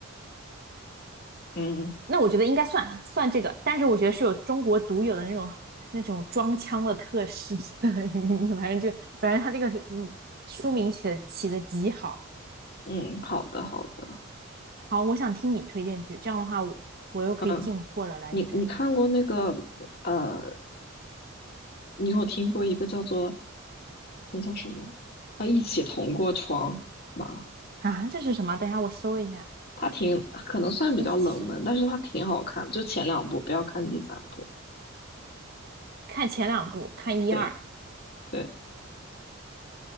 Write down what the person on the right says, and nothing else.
那我觉得应该算算这个，但是我觉得是有中国独有的那种那种装腔的特 <laughs> 质的，<laughs> 你你反正就反正他这个是嗯书名起的起的极好。
好，我想听你推荐剧，这样的话我我又可以进货了，
来你这里
啊？这是什么？等一下我搜一下，
一起
看前两部，看一二。